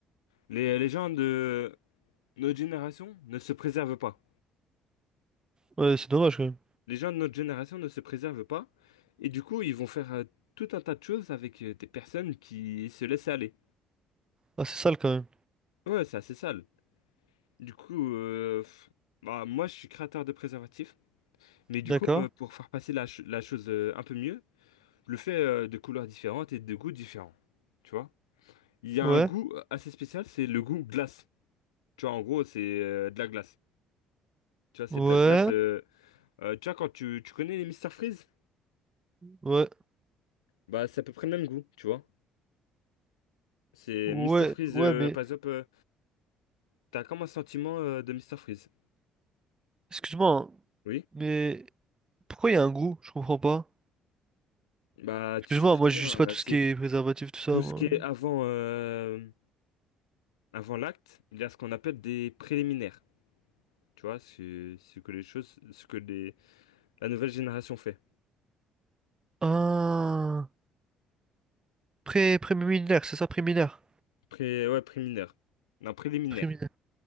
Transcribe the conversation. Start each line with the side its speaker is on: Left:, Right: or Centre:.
Left: les, les gens de notre génération ne se préservent pas.
Right: Ouais, c'est dommage quand même.
Left: Les gens de notre génération ne se préservent pas, et du coup, ils vont faire euh, tout un tas de choses avec euh, des personnes qui se laissent aller.
Right: Ah, c'est sale quand même.
Left: Ouais, c'est assez sale. Du coup, euh, pff, bah, moi, je suis créateur de préservatifs, mais du
Right: D'accord.
Left: coup, euh, pour faire passer la, ch- la chose euh, un peu mieux, je le fais euh, de couleurs différentes et de goûts différents. Tu vois? Il y a
Right: Ouais.
Left: un goût euh, assez spécial, c'est le goût glace. Tu vois, en gros, c'est euh, de la glace. Tu vois, c'est
Right: Ouais.
Left: de la glace. euh, Euh, tu vois, quand tu, tu connais les Mister Freeze,
Right: Ouais.
Left: bah c'est à peu près le même goût, tu vois. C'est
Right: Ouais.
Left: Mister Freeze,
Right: Ouais,
Left: euh,
Right: mais
Left: par exemple, euh, t'as comme un sentiment euh, de Mister Freeze.
Right: excuse-moi, hein,
Left: Oui.
Right: mais pourquoi il y a un goût? Je comprends pas.
Left: Bah
Right: Excuse-moi,
Left: tu sais très
Right: moi
Left: bien,
Right: je sais pas
Left: euh,
Right: tout
Left: c'est
Right: ce qui est préservatif, tout ça,
Left: tout ce
Right: moi.
Left: qui est avant, euh, avant l'acte, il y a ce qu'on appelle des préliminaires. Tu vois, c'est ce que les choses, ce que les, la nouvelle génération fait.
Right: Ah, pré préliminaire, c'est ça, préliminaire.
Left: Pré, ouais, préliminaire. Non, préliminaire.
Right: Préliminaire.